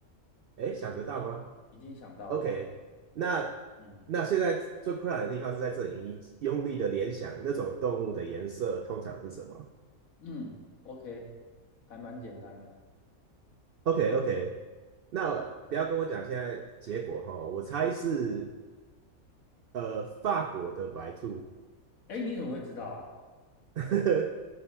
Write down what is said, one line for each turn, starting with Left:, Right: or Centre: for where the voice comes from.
Right: 诶，想得到吗？
Left: 已经想到了，
Right: OK，那那现在最困难的地方是在这里，
Left: 嗯
Right: 你用力的联想那种动物的颜色通常是什么
Left: 嗯，OK，还蛮简单的，
Right: ？OK OK，那不要跟我讲现在结果哈，我猜是呃法国的白兔，
Left: 哎，你怎么会知道啊？
Right: <laughs>